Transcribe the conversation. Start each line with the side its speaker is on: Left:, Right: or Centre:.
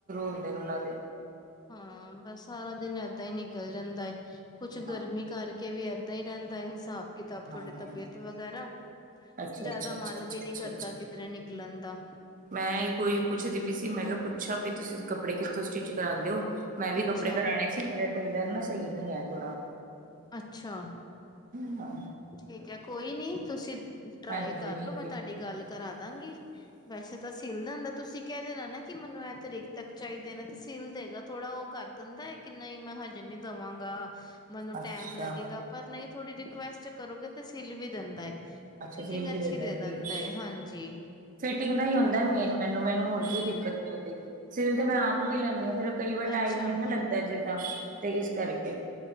Right: ਹੁੰਦੇ ਨੇ ਉਹਨਾਂ ਦੇ।
Left: ਹਾਂ, ਬਸ ਸਾਰਾ ਦਿਨ ਐ ਏਦਾਂ ਹੀ ਨਿਕਲ ਜਾਂਦਾ ਏ, ਕੁਛ
Right: ਹਾਂ,
Left: ਗਰਮੀ ਕਰਕੇ ਵੀ ਏਦਾਂ ਹੀ ਰਹਿੰਦਾ ਐ ਹਿਸਾਬ ਕਿਤਾਬ
Right: ਹਾਂ,
Left: ਥੋਡੀ
Right: ਹਾਂ
Left: ਤਬੀਅਤ ਵਗੈਰਾ,
Right: ਅੱਛਾ,
Left: ਜ਼ਿਆਦਾ
Right: ਅੱਛਾ, ਅੱਛਾ,
Left: ਮਨ
Right: ਅੱਛਾ,
Left: ਵੀ
Right: ਅੱਛਾ,
Left: ਨੀ ਕਰਦਾ
Right: ਅੱਛਾ।
Left: ਕਿਧਰੇ ਨਿਕਲਣ ਦਾ।
Right: ਮੈਂ ਕੋਈ ਪੁੱਛਦੀ ਪਈ ਸੀ, ਮੈਂ
Left: ਹਮ
Right: ਕਿਹਾ ਪੁੱਛਾ ਵੀ ਤੁਸੀਂ ਕੱਪੜੇ ਕਿੱਥੋਂ ਸਟਿਚ ਕਰਾਂਦੇ ਓ? ਮੈਂ ਵੀ
Left: ਅੱਛਾ
Right: ਕੱਪੜੇ ਕਰਾਉਣੇ ਸੀ, ਮੇਰਾ ਟੇਲਰ ਨਾ ਸਹੀ ਨਈਂ ਐ ਥੋੜਾ।
Left: ਅੱਛਾ।
Right: ਹੂੰ, ਆ।
Left: ਠੀਕ ਐ। ਕੋਈ ਨੀ ਤੁਸੀਂ ਟਰਾਈ
Right: ਹਾਂਜੀ,
Left: ਕਰਲੋ,
Right: ਹਾਂਜੀ।
Left: ਮੈਂ ਤੁਹਾਡੀ ਗੱਲ ਕਰਾ ਦਾਂਗੀ। ਵੈ ਅੱਛਾ ਤਾਂ ਸਿੱਲ ਦਿੰਦਾ, ਤੁਸੀਂ ਕਹਿ ਦੇਣਾ ਨਾ ਏ। ਕਿ ਮੈਨੂੰ ਇਹ ਤਰੀਕ ਤੱਕ ਚਾਹੀਦੇ ਨੇ ਤੇ ਸਿਲ ਦੇਗਾ ਥੋੜਾ ਓ ਕਰ ਦਿੰਦਾ ਐ, ਕਿ ਨਈਂ, ਮੈਂ ਹਜੇ ਨੀ ਦਵਾਗਾਂ। ਮੈਨੂੰ
Right: ਅੱਛਾ,
Left: ਟੈਮ ਲੱਗੇਗਾ, ਪਰ ਨਹੀਂ ਥੋੜੀ ਰਿਕੁਐਸਟ ਕਰੋਗੇ ਤਾਂ ਸਿੱਲ ਵੀ ਦਿੰਦਾ ਐ,
Right: ਅੱਛਾ
Left: ਫਿਟਿੰਗ
Right: ਸਿਲ ਵੀ
Left: ਅੱਛੀ
Right: ਦਿੰਦੇ
Left: ਦੇ ਦਿੰਦਾ
Right: ਠੀਕ
Left: ਐ,
Right: ਹੈ।
Left: ਹਾਂਜੀ।
Right: ਫਿਟਿੰਗ ਦਾ ਹੀ ਹੁੰਦਾ ਮੇਨ ਮੈਨੂੰ, ਮੈਨੂੰ ਹੋਰ
Left: ਹਮ
Right: ਕੋਈ ਦਿੱਕਤ ਨੀ ਆਉਂਦੀ। ਸਿਲ ਤੇ ਮੈਂ ਆਪ ਵੀ ਲੈਨੀ ਆ। ਫਿਰ ਕਈ ਵਾਰ ਟਾਈਮ
Left: ਅੱਛਾ
Right: ਨੀ ਨਾ ਲੱਗਦਾ ਜਿੱਦਾਂ ਤੇ ਇਸ ਕਰਕੇ।